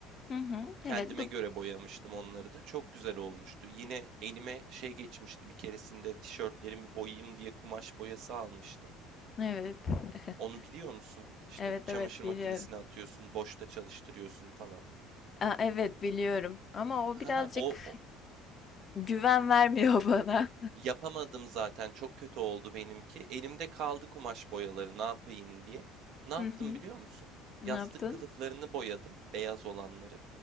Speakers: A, on the left (about 35°); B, on the right (about 60°).
A: Hı hı.
B: Kendime
A: Evet bu
B: göre boyamıştım onları da. Çok güzel olmuştu. Yine elime şey geçmişti bir keresinde tişörtlerimi boyayayım diye kumaş boyası almıştım.
A: evet. <laughs>
B: Onu biliyor musun? İşte
A: Evet
B: çamaşır
A: evet biliyorum.
B: makinesine atıyorsun, boşta çalıştırıyorsun falan.
A: Aa, evet biliyorum ama o birazcık
B: Haha, o, o
A: güven vermiyor bana.
B: yapamadım zaten. Çok kötü oldu benimki. Elimde kaldı kumaş boyaları ne yapayım diye.
A: <laughs>
B: Ne yaptım
A: Hı hı.
B: biliyor musun?
A: Ne
B: Yastık
A: yaptın?
B: kılıflarını boyadım, beyaz olanları.